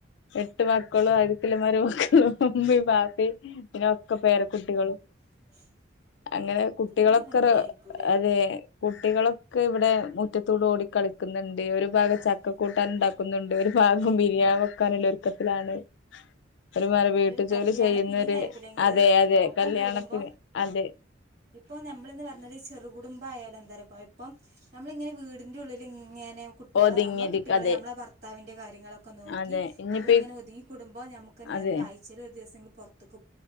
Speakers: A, on the left; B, on the right.
A: എട്ട് മക്കളും ആര്ക്കല് മരുമക്കളും ഉമ്മീം ബാപ്പയും പിന്നൊക്കെ പേരക്കുട്ടികളും
B: <inaudible>
A: അങ്ങനെ കുട്ടികളൊക്കെറ്
B: നല്ല ഭംഗിയായിരിക്കൂല്ലേ
A: അതെ കുട്ടികളൊക്കെ ഇവിടെ മുറ്റത്തൂടെ ഓടിക്കളിക്കുന്നുണ്ട് ഒരുഭാഗം
B: അത്
A: ചക്കക്കൂട്ടാന്ണ്ടാ ക്കുന്നുണ്ട് ഒരു ഭാഗം ബിരിയാണി വെക്കാനുള്ള ഒരുക്കത്തിലാണ് ഒരുമാരി
B: നല്ലൊരു
A: വീട്ടുജോലി
B: കല്യാണ
A: ചെയ്യുന്നവര്
B: ഫീലിംഗ് ആയിരിക്കൂല്ലേ ഇങ്ങള്
A: അതെ അതെ
B: ഒപ്പം
A: കല്യാണത്തിന്
B: കൂടുമ്പോ
A: അതെ
B: ഇപ്പൊ നമ്മള്ന്ന് പറഞ്ഞാല് ചെറുകുടുബായാലെന്താര കൊയപ്പം നമ്മളിങ്ങനെ വീടിന്റു ലിങ്ങനെ കുട്ടികളെ
A: ഒതുങ്ങിയിരിക്ക
B: നമ്മളെ കുട്ടികളെ
A: അതെ
B: നമ്മളെ ഭർത്താവിന്റെ കാര്യങ്ങളൊക്കെ നോക്കി
A: അതെ ഇനിയിപ്പ
B: നമ്മളി ങ്ങന ഒതുങ്ങിക്കൂടുമ്പൊ നമുക്ക് എന്താറിയോ
A: അതെ
B: ആഴ്ചയിലൊരുദിവസെങ്കില് പൊറത്ത്ക്ക്